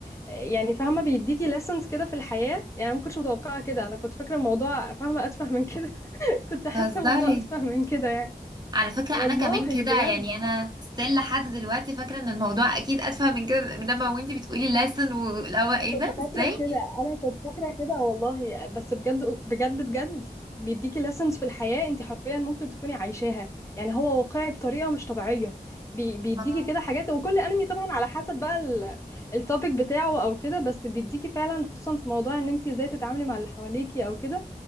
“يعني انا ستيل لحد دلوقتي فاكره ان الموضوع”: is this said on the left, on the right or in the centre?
Right